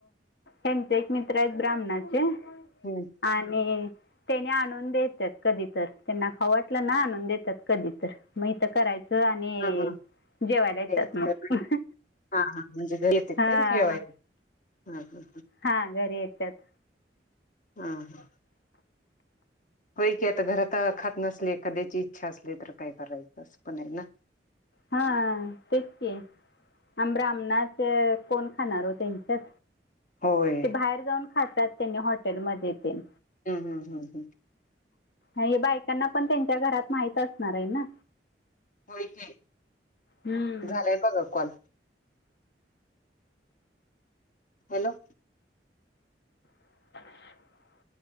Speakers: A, on the left (about 70°); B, on the left (about 50°).
A: हेच एक मित्र आहेत ब्राह्मणाचे
B: हम्म
A: आणि त्याने आणून देतात कधी तर त्यांना ख वाटलं ना आणून देतात कधी तर मग तर करायचं हो आणि
B: हा हा
A: जेवायला येतात
B: द्यायच
A: मग
B: काय हा हा म्हणजे घरी येतेत
A: हा
B: काय जेवायला हा हा
A: हा घरी येतच
B: हम हा होय की आता घरात अखात नसले एखाद्याची इच्छा असली तर काय करायचं अस पण आहे ना
A: हा तेच आहे आ ब्राह्मणात कोण खाणार हो त्यांच्यात
B: होय
A: ते बाहेर जाऊन खातात त्यांनी हॉटेलमध्येध्ये ते
B: हम् हम्म हम् हम्म
A: हे बायकांना पण त्यांच्या घरात माहित असणार आहे ना
B: होच नाही
A: हम्म
B: झालंय बघा कॉल हॅलो
A: <unintelligible>